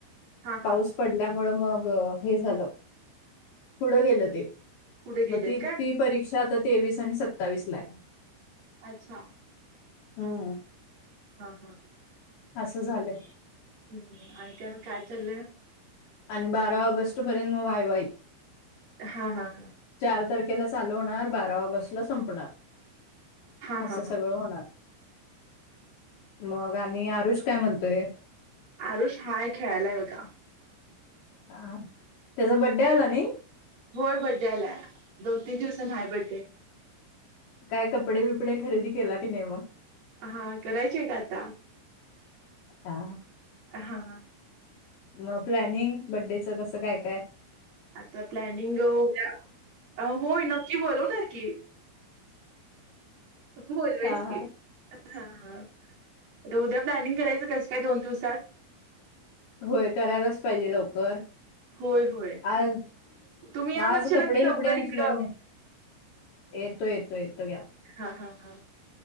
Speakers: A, on the right (about 45°); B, on the left (about 70°).
A: हां हां.
B: पाऊस पडल्यामुळ मग हे झालं, पुढं गेलं ते.
A: पुढे
B: मग
A: गेलेत
B: ती-ती
A: काय?
B: परीक्षा आता तेवीस आणि सत्तावीस ला ये.
A: अच्छा.
B: हम्म.
A: हं-हं.
B: असं झालं.
A: हम्म ह्म, आनखिन काय चाललंय?
B: आन बारा ऑगस्ट पर्यंत मग वाई-वाई.
A: हा-हा.
B: चार तारखेला चालू होणार, बारा ऑगस्ट ला संपणार.
A: हां
B: असं
A: हां
B: सगळं
A: हां.
B: होणार. मग आणि आरुष काय म्हणतोय?
A: आरुष हाय खेळायलाय बघा.
B: हं, त्याचा बड्डे आला नाही?
A: बोल बड्डे आला. दोन-तीन दिवसांनं हाय बड्डे.
B: काय कपडे-बिपडे खरेदी केला की नई मग?
A: हा, करायचेत आता.
B: हा,
A: हां.
B: मग प्लॅनिंग बड्डेच कसं काय-काय?
A: आता प्लॅनिंग उद्या. अं होय, नक्की बोलवणार की. बोलव्यास
B: हा
A: कि.
B: हा
A: हा हा. तर उद्या प्लॅनिंग करायचं कसं काय, दोन दिवसात?
B: व्हय करायलाच पाहिजे लवकर.
A: होय होय
B: आज
A: तुम्ही या
B: म आज
A: म्हणशीला
B: कपडे-बिपडे
A: की लवकर
B: आणशीला
A: इकडं
B: का नाई? येतो-येतो-येतो घ्या.
A: हा-हा-हा.